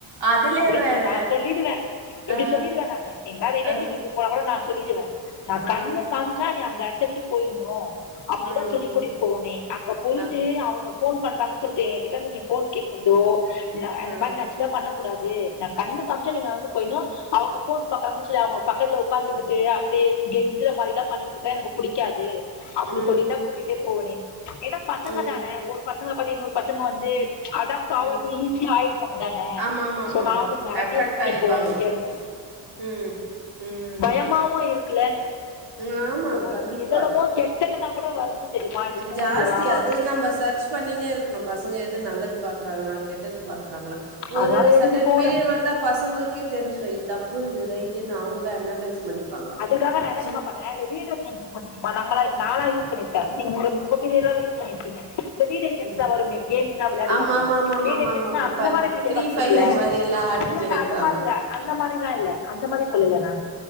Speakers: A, on the right (about 60°); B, on the left (about 65°).
A: அதுலயே
B: அப்டின்னு
A: வேற
B: சொல்லுவ நா சொல்லிடுவே இப்டி
A: ஆ
B: சொல்லிடுவே நானு எங்கயாவுது ரிலேட்டிவ்
A: ஆ
B: வீட்டுக் போகுள்ள நா சொல்லிடுவே நா
A: ம்
B: கண்ணு காமிச்சா நீ அந்த எடத்த விட்டு போயிருணு அப்டிதா
A: ம்.
B: சொல்லி கூட்டிட்டு போவனே அங்க போயிட்டு
A: அ,
B: அவுங்க ஃபோன் பன்றாங்கு சொல்ட்டு ஏ கிட்ட வந்து நீ ஃபோன் கேக்குறதோ னா
A: ம்.
B: அந்த மாதிரி நச்சுதா பண்ண கூடாது நா கண்ணு காமிச்சா நீங்க வந்து போயினு அவுங்க ஃபோன் பாக்குறாங்கன்னு சரி அவுங்க பக்கத்துல உக்காந்துகுட்டு அப்டியே கெஞ்சற மாரில்லா பண்ணிட்டு இருந்தா எனக்கு பிடிக்காது அப்டி
A: ம்.
B: சொல்லிதா கூட்டீட்டே போவனே ஏனா பசங்க
A: ம்.
B: தான ஒரு பசங்க பத்தி இன்னொரு பசங்க வந்து அடாப் பாவது
A: ம்.
B: ஈஸியா ஆயிருவாங்க தான
A: ஆமா, ஆமா, ஆமா,
B: சோ
A: ஆமா.
B: நா வந்து மெரட்டியே
A: அட்ராக்ட்
B: கூட்டிட்டு
A: ஆயிருவாங்க.
B: போவ இங்க இருந்து
A: ம் ம்.
B: பயமாவு இருக்குல
A: ம். ஆமா,
B: இந்த ஒலகோ
A: கண்டிப்பா.
B: எதலமோ கெட்டதெல்லா கூட வருது தெரியுமா இந்த ஃபோன்லலாம்
A: ஜாஸ்தி அது நம்ம சர்ச் பண்ணினே இருக் குனு பசங்க எது நல்லது பாக்குறாங்களா கெட்டது பாக்குறாங்களா ஒரு
B: அதனால
A: செர்டைன்
B: எதுக்கு ஃபோனு
A: பீரியர் வந்தா பசங்களுக் கே தெரிஞ்சிரு இது தப்பு இது ரைட்டுனு அவுங்களே அனலைஸ் பண்ணிப்பாங்க.
B: அதுக்காக நா என்ன
A: சி
B: தெர்மா பண்ண இந்த வீடியோ கேம்ஸ் இருக்கு தெரியுமா நம்மளா நாலா யூஸ் பண்ணிருக்க நீங்க <unintelligible> உங்க பீடியர்ல யுஸ் பண்ணிருப்பீங்க இந்த வீடியோ கேம்ஸ்லா
A: ம்.
B: வருமே கேம்ஸ்லா வெளயாடுவாங்களே
A: ஆமா, ஆமா, ஆமா, ஆமா,
B: வீடியோ
A: ஆமா,
B: கேம்ஸ்னா
A: ஆமா, ஆமா.
B: அந்த
A: ஃப
B: மாரி வீடியோ
A: ஃப்ரீ
B: கேம்ஸ்
A: ஃபயர்
B: இல்ல
A: மாரி எல்லாம் ஆடிட்டே
B: இல்ல இல்ல
A: இருக்குறாங்க.
B: அது மாரி இல்ல அந்த மாதிரிலா இல்ல அந்த மாதிரி
A: அ,
B: சொல்லல நானு